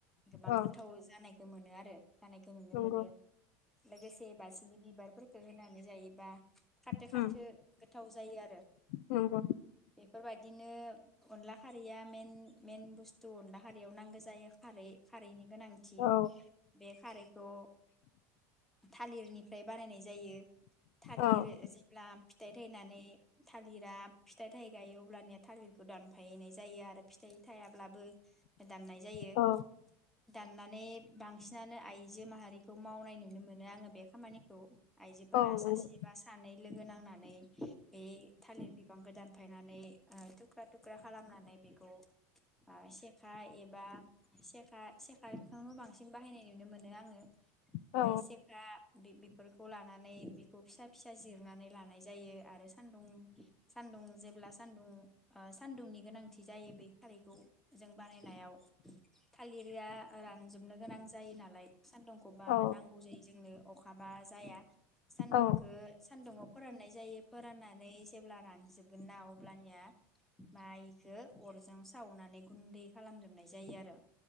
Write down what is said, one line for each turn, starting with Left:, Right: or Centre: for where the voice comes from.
Centre: गोबां
Left: औ
Centre: गोथाव जानायखौ मोनो आरो <unintelligible> जानायखौ नुनो
Left: नंगौ
Centre: मोनो लोगोसे बासिगि बिबारफोरखो होनानै जायोबा खाथो खाथो
Left: उम
Centre: गोथाव जायो आरो
Left: नंगौ
Centre: बेफोरबायदिनो अनला खारैया मेन मेन बुस्थ थु अनला खारियाव नांगो जायो खारै खारैनि गोनांथि
Left: औ
Centre: बे खारैखौ थालिरनिफ्राय बानायनाय जायो थालिर
Left: औ
Centre: जेब्ला फिथाइ थाइनानै थालिरा फिथाइ थाइ गायो अब्लानिया थालिरखौ दानफायनाय जायो आरो फिथाइ थायाब्लाबो दाननाय जायो
Left: औ
Centre: दानना माने बांसिनानो आइजो माहारिखौ मावनाय नुनो मोनो आङो बे खामानिखौ आइजोफोरा
Left: औ नंगौ
Centre: सासे बा नै लोगो नांनानै बे थालिर बिफांखौ दानफायनानै ओ थुख्रा थुख्रा खालामनानै बेखौ ओ सेखा एबा सेखा सेखाखौनो बांसिन बाहायनाय नुनो मोनो आङो
Left: औ
Centre: ओमफाय सेखा बे बेफोरखौ लानानै बेखौ फिसा फिसा जिरनानै लानाय जायो आरो सान्दुं सान्दुं जेब्ला सानदुं ओ सान्दुंनि गोनांथि जायो बै खारैखौ जों बानायनायाव थालिरया रानजोबनो गोनां जायो नालाय सान्दुंखौबा
Left: औ
Centre: नांगौ जायो जोंनो अखा बा जाया सानदुं
Left: औ
Centre: सान्दुुंङाव फोराननाय जायो फोराननानै जेब्ला रानजोबगोन ना अब्लानिया माइखो अरजों सावनानै गुन्दै खालामजोबनाय जायो आरो